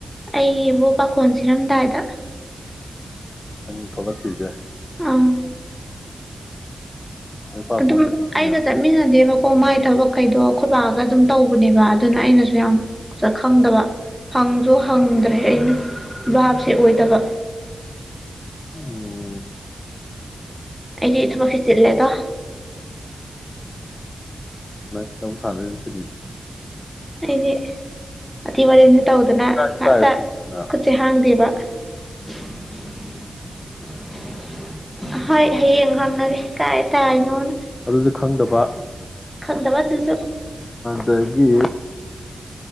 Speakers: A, in the centre; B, on the left (about 25°).
A: ꯑꯩꯕꯨ ꯄꯥꯈꯣꯟ ꯁꯤꯔꯝꯗꯥꯏꯗ
B: ꯅꯪ ꯊꯣꯛꯂꯛꯄꯤꯁꯦ
A: ꯑꯝ
B: ꯅꯣꯏ ꯄꯥꯛ
A: ꯑꯗꯨꯝ
B: ꯐꯣꯟꯈꯤꯕꯅꯤꯅ
A: ꯑꯩꯒ ꯆꯠꯃꯤꯅꯥ ꯗꯦꯕ ꯀꯣ ꯃꯥꯏ ꯊꯕꯛꯈꯩꯗꯣ ꯈꯣꯏ ꯕꯥ ꯑꯗꯨ ꯇꯧꯕꯅꯦꯕ ꯑꯗꯨꯅ ꯑꯩꯅꯁꯨ ꯌꯥꯝ ꯁ ꯈꯪꯗꯕ ꯍꯪꯁꯨ ꯍꯪꯗ꯭ꯔꯦ ꯑꯩꯅ ꯕꯥꯥꯞꯁꯦ ꯑꯣꯏꯗꯕ
B: ꯎꯝ
A: ꯑꯩ ꯊꯕꯛ ꯈꯔꯆꯤꯜꯂꯦꯗ
B: ꯃꯕꯨ <unintelligible>
A: <unintelligible> ꯇꯧꯗꯅ
B: ꯀꯥꯏꯗ
A: ꯉꯥꯛꯇ
B: ꯇꯥꯔꯤꯕꯅ
A: ꯈꯨꯠꯁꯦ ꯍꯥꯡꯗꯦꯕ <unintelligible> ꯍꯣꯏ ꯍꯌꯦꯡ ꯍꯪꯉꯒꯦ ꯀꯥꯏ <unintelligible>
B: ꯑꯗꯨꯁꯨ ꯈꯪꯗꯕ
A: ꯈꯪꯗꯕ ꯑꯗꯨꯁꯨ
B: ꯑꯗꯒꯤ